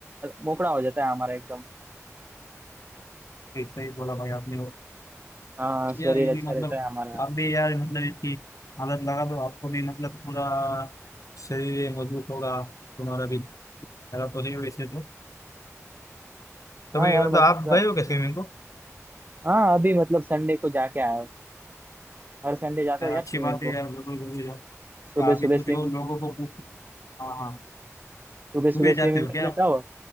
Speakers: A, on the right; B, on the left.
A: मोकड़ा हो जाता है हमारा एकदम
B: ऐसा ही बोला भाई आपने वो
A: हाँ शरीर
B: यार ये
A: अच्छा
B: भी मतलब
A: रहता है हमारा
B: आप भी यार मतलब इसकी आदत लगा दो आपको भी मतलब पूरा शरीर ये मजबूत होगा तुम्हारा भी मेरा तो है वैसे तो
A: हाँ
B: कभी
A: यार
B: मतलब
A: मतलब
B: आप गए हो क्या स्विमिंग को
A: हाँ अभी मतलब संडे को जाके आया हूँ हर संडे जाता
B: यार
A: हूँ यार
B: अच्छी
A: स्विमिंग
B: बात
A: को
B: है यार बिल्कुल जरूर जाओ
A: सुबह
B: यार अभी
A: सुबह
B: तो जो
A: स्विमिंग
B: लोगों को पूछ हाँ हाँ
A: सुबह सुबह
B: घूमे
A: स्विमिंग
B: जाते हो
A: कर
B: क्या
A: लेता
B: आप
A: हूँ